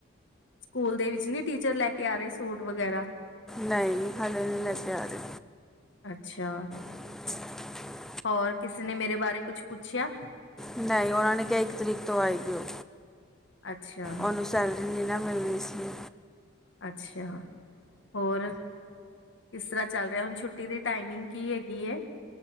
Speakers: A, on the left; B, in the centre.
A: ਸਕੂਲ ਦੇ ਵਿੱਚ ਨਹੀਂ, ਟੀਚਰ ਲੈ ਕੇ ਆ ਰਹੇ ਸੂਟ ਵਗੈਰਾ?
B: ਨਹੀਂ, ਹਲੇ ਨੀ ਲੈ ਕੇ ਆ ਰਹੇ।
A: ਅੱਛਾ।
B: <unintelligible>
A: ਹੋਰ ਕਿਸੇ, ਨੇ ਮੇਰੇ ਬਾਰੇ ਕੁਛ ਪੁੱਛਿਆ?
B: ਨਹੀਂ, ਉਹਨਾਂ ਨੇ ਕਿਹਾ, ਇੱਕ ਤਰੀਕ ਤੋਂ ਆਈ ਜਾਉ,
A: ਅੱਛਾ
B: ਉਹਨੂੰ ਸੈਲਰੀ, ਨਹੀਂ ਨਾ ਮਿਲ ਨਹੀਂ ਸੀ।
A: ਅੱਛਾ, ਹੋਰ ਕਿਸ ਤਰ੍ਹਾਂ ਚੱਲ ਰਿਹਾ? ਹੁਣ ਛੁੱਟੀ ਦੀ ਟਾਈਮਿੰਗ? ਕੀ ਹੈਗੀ ਏ?